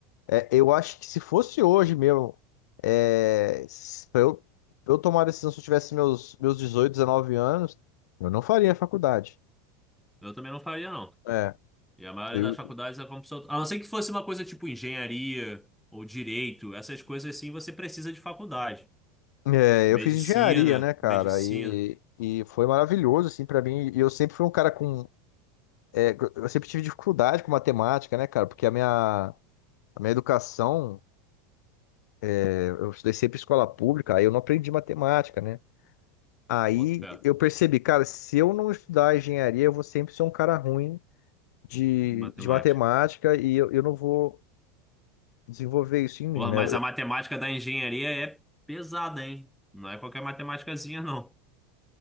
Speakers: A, on the left; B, in the centre.
A: é, eu acho que se fosse hoje mesmo, é, se- eu, pra eu tomar a decisão se eu tivesse meus, meus 18, 19 anos, eu não faria faculdade.
B: eu também não faria, não.
A: É.
B: E a maioria
A: Eu
B: das faculdades é como pessoal. A não ser que fosse uma coisa tipo engenharia ou direito, essas coisas assim você precisa de faculdade.
A: É,
B: Medicina,
A: eu fiz engenharia, né, cara?
B: medicina.
A: E, e foi maravilhoso, assim, pra mim. E eu sempre fui um cara com. é, eu sempre tive dificuldade com matemática, né, cara? Porque a minha, a minha educação, é, eu estudei sempre em escola pública, aí eu não aprendi matemática, né? Aí
B: Boto fé.
A: eu percebi, cara, se eu não estudar engenharia, eu vou sempre ser um cara ruim de,
B: Matemática.
A: de matemática e eu, eu não vou desenvolver isso em mim,
B: Porra,
A: né?
B: mas a matemática da engenharia é pesada, hein? Não é qualquer matemáticazinha, não.